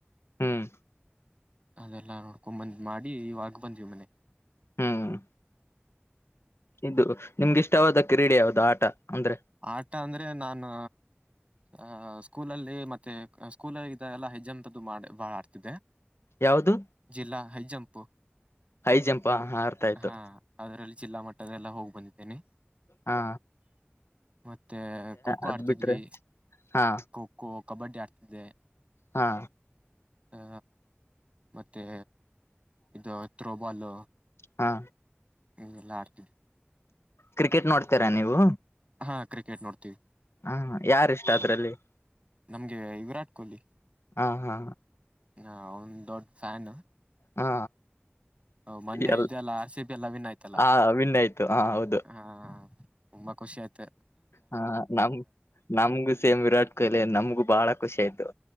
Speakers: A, on the left (about 80°); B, on the right (about 30°).
A: ಹ್ಮ್
B: ಅದೆಲ್ಲ ನೋಡ್ಕೊ ಬಂದ್ ಮಾಡಿ ಇವಾಗ ಬಂದ್ವಿ ಮನೆ
A: ಹ್ಮ್ ಇದು ನಿಮ್ಗಿಷ್ಟವಾದ ಕ್ರೀಡೆ ಯಾವ್ದದು ಆಟ ಅಂದ್ರೆ
B: ಆಟ ಅಂದ್ರೆ ನಾನು ಅಹ ಸ್ಕೂಲಲ್ಲಿ ಮತ್ತೆ ಸ್ಕೂಲಲ್ಲಿ ಇದ ಎಲ್ಲ ಹೆಜ್ಜಂತದ್ದು ಮಾಡ ಬಾಳ ಆಡ್ತಿದೆ
A: ಯಾವ್ದು
B: ಜಿಲ್ಲಾ ಹ ಜಂಪು
A: ಹೈ ಜಂಪ್ ಹಾ ಅರ್ಥ ಆಯ್ತು
B: ಹಾ ಅದರಲ್ಲಿ ಜಿಲ್ಲಾ ಮಟ್ಟದೆಲ್ಲ ಹೋಗ್ ಬಂದಿದ್ದೇನೆ
A: ಹಾ
B: ಮತ್ತೆ ೋಖೋ
A: ಅದ್
B: ಆಡ್ತಿದ್ವಿ
A: ಬಿಟ್ರೆ ಹಾ
B: ಖೋಖೋ ಕಬಡ್ಡಿ ಆಡ್ತಿದ್ದಿದೆ
A: ಹಾ
B: ಆ ಮತ್ತೆ ಇದು ಥ್ರೋಬಲ್
A: ಹಾ
B: ಎಲ್ಲ ಆಡ್ತಿವ್ರಿ
A: ಕ್ರಿಕೆಟ್ ನೋಡ್ತೀರಾ ನೀವು
B: ಹಾ ಕ್ರಿಕೆಟ್ ನೋಡ್ತಿೀವಿ
A: ಹಾ ಯಾರ ಇಷ್ಟ ಅದ್ರಲ್ಲಿ <inaudible>
B: ನಮ್ಗೆ ವಿರಾಟ್ ಕೊಹ್ಲಿ
A: ಹಾ ಹಾ
B: ನಾ ಆವಂದ್ ದೊಡ್ಡ ಫ್ಯಾನ್
A: ಹಾ
B: ಹ ಮೊನ್ನೆ
A: ಎಲ್
B: ಇದೆಲ್ಲಾ ಅಸಿಪಿ ಎಲ್ಲ ವನ್ ಆಯ್ತಲ್ಲ
A: ಆ ವಿನ್ ಆಯ್ತು ಹಾ ಹೌದು
B: ಹಾ ತುಂಬಾ ಖುಷಿ ಆಯ್ತ್
A: ಹ ನಮ ನಮಗು ಸೇಮ್ ವಿರಾಟ್ ಕೊಹ್ಲಿ ನಮ್ಗೂ ಬಹಳ ಖುಷಿ ಆಯ್ತು